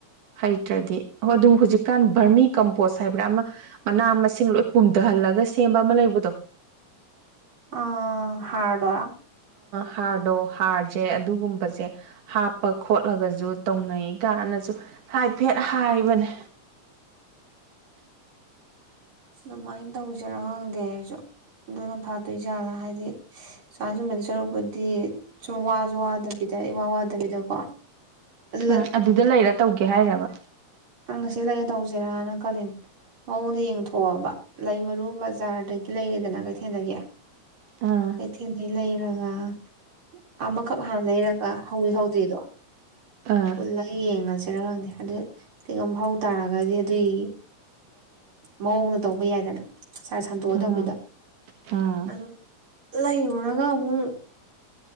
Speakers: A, on the right; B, on the right.
A: ꯍꯥꯏ ꯅꯠꯇ꯭ꯔꯗꯤ ꯑꯣ ꯑꯗꯨꯝ ꯍꯧꯖꯤꯛꯀꯥꯟ ꯕꯔꯃꯤ ꯀꯝꯄꯣꯁ ꯍꯥꯏꯕ꯭ꯔꯥ ꯑꯃ ꯃꯅꯥ ꯃꯁꯤꯡ ꯂꯣꯏ ꯄꯨꯝꯊꯍꯜꯂꯒ ꯁꯦꯝꯕ ꯑꯃ ꯂꯩꯕꯗꯣ
B: ꯑ ꯍꯥꯔꯗꯣꯔ
A: ꯍꯥꯔꯗꯣ ꯍꯥꯔꯁꯦ ꯑꯗꯨꯒꯨꯝꯕꯁꯦ ꯍꯥꯞ ꯄ ꯈꯣꯠꯂꯒꯁꯨ ꯇꯧꯅꯩ ꯀꯥꯏꯅꯁꯨ ꯍꯥꯏ ꯐꯦꯠ ꯍꯥꯏꯕꯅꯦ
B: ꯑꯗꯨꯃꯥꯏꯅ ꯇꯧꯁꯤꯔꯥ ꯈꯪꯗꯦ ꯍꯥꯏꯔꯁꯨ ꯑꯗꯨꯅ ꯐꯥꯠꯇꯣꯏ ꯖꯥꯠꯂꯥ ꯍꯥꯏꯗꯤ ꯁꯨꯥ ꯁꯨꯝꯕꯗꯤ ꯁꯔꯨꯛꯄꯨꯗꯤ ꯁꯨꯝ ꯋꯥꯁꯨ ꯋꯥꯗꯕꯤꯗ ꯋꯥ ꯋꯥꯗꯕꯤꯗꯀꯣ ꯂꯠ
A: ꯎꯝ ꯑꯗꯨꯗ ꯂꯩꯔ ꯇꯧꯒꯦ ꯍꯥꯏꯔꯕ
B: ꯅꯪ ꯉꯁꯤ ꯂꯩꯔ ꯇꯧꯁꯤꯦꯔꯥꯅ ꯈꯜꯂꯤ ꯃꯑꯣꯡꯗ ꯌꯦꯡꯊꯣꯛꯑꯕ ꯂꯩ ꯃꯔꯨ ꯕꯖꯥꯔꯗꯒꯤ ꯂꯩꯔꯦꯗꯅ ꯀꯩꯊꯦꯜꯗꯒꯤ
A: ꯑꯥ
B: ꯀꯩꯊꯦꯜꯗꯩ ꯂꯩꯔꯒ ꯑ ꯑꯃꯈꯛ ꯍꯥꯟꯅ ꯂꯩꯔꯒ ꯍꯧꯋꯤ ꯍꯧꯗꯦꯗꯣ
A: ꯑꯥ
B: ꯐꯜꯂ ꯍ ꯌꯦꯉꯁꯦ ꯔ ꯈꯪꯗꯦ ꯑꯗꯨ ꯀꯩꯒꯨꯝ ꯍꯧ ꯇꯥꯔꯒꯗꯤ ꯑꯗꯨꯒꯤꯒꯤ ꯃꯑꯣꯡꯗ ꯇꯧꯕ ꯌꯥꯏꯗꯅ ꯁꯥꯔ ꯁꯟꯇꯣꯛꯑ
A: ꯎꯝ
B: ꯇꯧꯕꯤꯗꯣ
A: ꯎꯝ
B: ꯑꯗꯨ ꯂꯩꯔꯨꯔꯒ ꯑꯃꯨꯛ